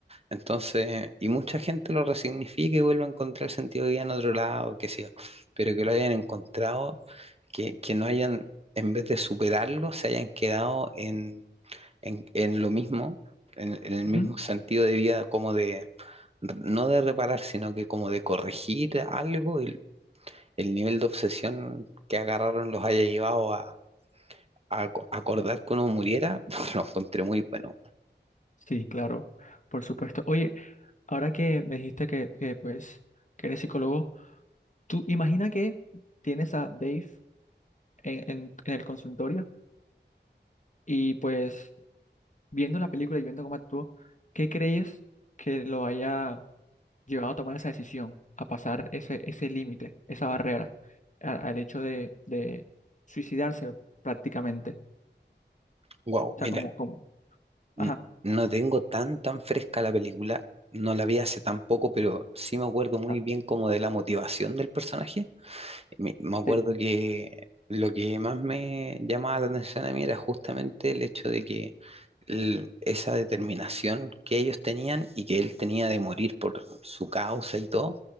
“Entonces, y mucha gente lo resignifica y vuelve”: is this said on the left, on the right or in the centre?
Right